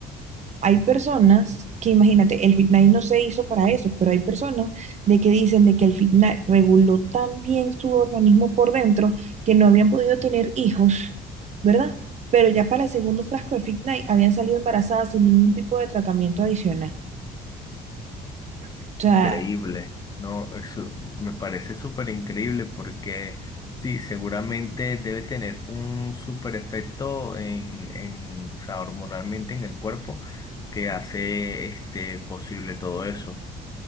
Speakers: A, on the right; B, on the left.
A: Hay personas que, imagínate, el Fit no se hizo para eso, pero hay personas de que dicen de que el Fit reguló tan bien su organismo por dentro que no habían podido tener hijos, ¿verdad? Pero ya para el segundo frasco de Fit habían salido embarazadas sin ningún tipo de tratamiento adicional. O sea,
B: Increíble, ¿no? Eso me parece súper increíble porque sí, seguramente debe tener un súper efecto en, en, o sea, hormonalmente en el cuerpo que hace este posible todo eso.